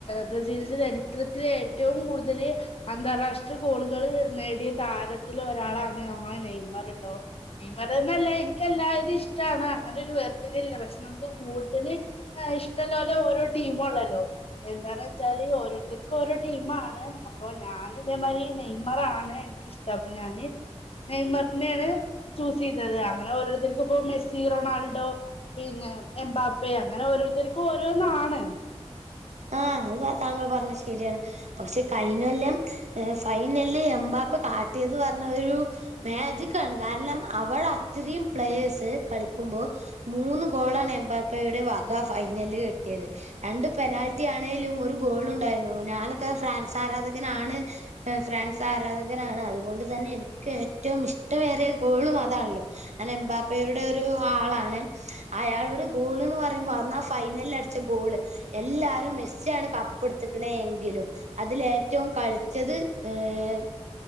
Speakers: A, on the left (about 55°); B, on the right (about 85°).
A: ബ്രസീൽന്റെ ചരിത്രത്തില് ഏറ്റവും കൂട്തല് അന്താരാഷ്ട്ര ഗോളുകള് നേടിയ താരത്തില് ഒരാളാണ് ഞമ്മളെ നെയ്മറ്ട്ടോ. നെയ്മറന്നല്ല എനിക്ക് എല്ലാരി ഇഷ്ട്ടാണ് അങ്ങനെ ഒരു വേർതിരില്ല പഷെ നമുക്ക് കൂ തല് ഇഷ്ടല്ലോലെ ഓരോ ടീമു ഉള്ള ല്ലോ. എന്താന്ന് വെച്ചാല് ഓരോരുത്തർക്കും ഓരോ ടീമാണ്. അപ്പൊ ഞാൻ ഇതേമായ്രി നെയ്മറാണ് എനിക്കിഷ്ട്ടം അപ്പൊ ഞാന് നെയമറിനെയാണ് ചൂസ് ചെയ്തത് അങ്ങനെ ഓരോരുത്തർക്ക്പ്പോ മെസ്സി റൊണാൾഡോ പിന്നെ എമ്പാപ്പെ അങ്ങനെ ഓരോരുത്തർക്കും ഓരോന്നാണ്.
B: ആഹ് അഹ് താങ്കൾ പർണഹ് ശെരി ആണ്. പഷെ കൈഞോല്ലം ഫൈനല്ല് എമ്പാപ്പ കാട്ട്യത് പർണോരു മേജിക്കാണ് കാര്ണം അവൾ അത്രയും പ്ലേയേഴ്സ് കളിക്കുമ്പോ മൂന്ന് ഗോളാണ് എംബാപ്പയുടെ വക ഫൈനല്ല് കിട്ടിയത് രണ്ട് പെനാൽ റ്റി ആണേലും ഒരു ഗോൾ ഉണ്ടായിരുന്നു ഞാനൊക്കെ ഫ്രാൻസ് ആരാധകനാണ് എഹ് ഫ്രാൻസ് ആരാധകനാണ് അതുകൊണ്ട് തന്നെ എനിക്ക് ഏറ്റവും ഇഷ്ടമേറിയ ഗോളും അതാൺല്ലോ. അതെ എമ്പാപ്പയുടോരു ആളാണ് അയാളുടെ ഗോള്ന്ന് പറയുമ്പോ അന്ന് ആ ഫൈനല്ല് അടി ച്ച ഗോള് എല്ല മെസ്സിആണ് കപ്പ് എട്ത്ത്ക്ക്ണെങ്കിലും അതില് ഏറ്റവും കളിച്ചത് എം